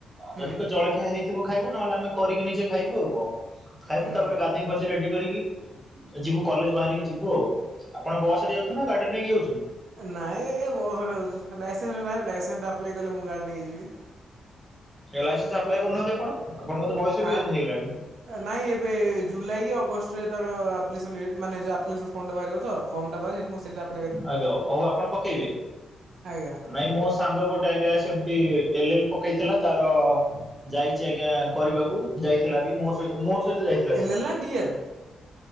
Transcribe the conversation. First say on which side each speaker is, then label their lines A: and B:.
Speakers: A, on the right (about 65°); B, in the centre.
A: ହୁଁ
B: ଯିଦି କ ଜଳଖିଆ ହେଇଥିବ ଖାଇବୁ, ନହେଲେ ଆମେ କରିକି ନିଜେ ଖାଇବୁ ଆଉ କଣ। ଖାଇବୁ
A: ହୁଁ
B: ତାପରେ ଗାଧେଇ ପାଧେଇ ରେଡି କରିକି ଯିବୁ କଲେଜ୍ ବାହାରିକି ଯିବୁ ଆଉ, ଆପଣ ବସ୍ ରେ ଯାଉଚନ୍ତି ନା ଗାଡିରେ ନେଇକି ଯାଉଚନ୍ତି?
A: ନାଇଁ ଆଜ୍ଞା ବସ୍ ରେ ଯାଉଚୁ, ଲାଇସେନ୍ସ <unintelligible> ଲାଇସେନ୍ସ ଟା ଆପ୍ଲାଏ କଲେ ମୁଁ ଗାଡି ନେଇକି ଯିବି।
B: ଲାଇସେନ୍ସ ଆପ୍ଲାଏ କରୁନାହାନ୍ତି ଆପଣ, ଆପଣଙ୍କର ତ ବୟସ
A: ଆ
B: ବି <unintelligible> ହେଇଗଲାଣି।
A: ନାଇଁ ଏବେ ଜୁଲାଇ କି ଅଗଷ୍ଟରେ ତାର <unintelligible> <unintelligible> ଫର୍ମ ଟା ବାହାରିବ ତ, ଫର୍ମ ଟା ବାହାରିବ ମୁଁ ସେଇ <unintelligible>
B: ଆଜ୍ଞା ହଉ ଆପଣ ପକେଇବେ,
A: ଆଜ୍ଞା
B: ନାଇଁ ମୋ ସାଙ୍ଗ ଗୋଟେ ଆଜ୍ଞା ସେମ୍ତି ଏଲ୍-ଏଲ୍ ପକେଇଥିଲା ତାର ଯାଇଚି ଆଜ୍ଞା କରିବାକୁ, ଯାଇଥିଲା ବି ମୋ ସହିତ। ତ ମୋ ସହିତ ଯାଇଥିଲା
A: ଏଲ୍
B: ସେ,
A: ଏଲ୍ ନା ଡି ଏଲ୍